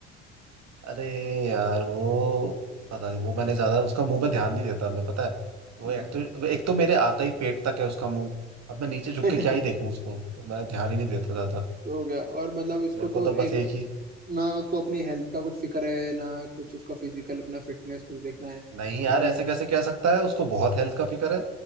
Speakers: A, on the right (about 50°); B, on the right (about 25°).
A: अरे यार वो पता नहीं वो मैंने ज्यादा उसका मुंह पे ध्यान नहीं देता मैं पता है वो
B: हम्म।
A: एक तो एक तो मेरे आता ही पेट तक है उसका मुंह अब मैं नीचे
B: <laughs>
A: झुक के क्या ही देखूं उसको तो मैं ध्यान ही नहीं देता ज्यादा
B: तो क्या और मतलब इसको
A: मेरे
B: तो
A: को तो बस
B: एक
A: एक ही
B: ना उसको अपनी हेल्थ का कुछ फिक्र है ना कुछ उसका फिजिकल अपना फिटनेस कुछ देखना है
A: नहीं यार
B: अ,
A: ऐसे कैसे कह सकता है उसको बहुत हेल्थ का फिक्र है